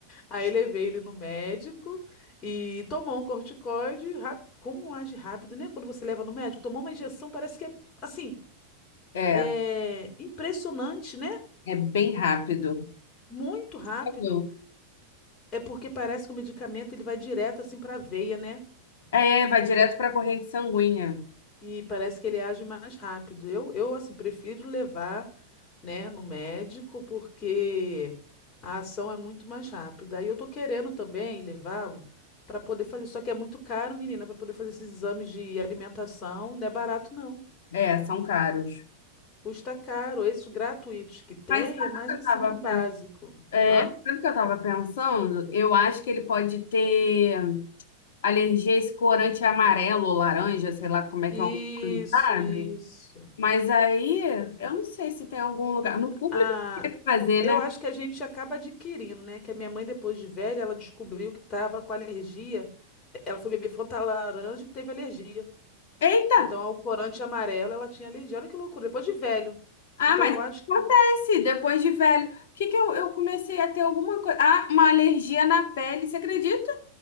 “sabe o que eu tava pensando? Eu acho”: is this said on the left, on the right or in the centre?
Left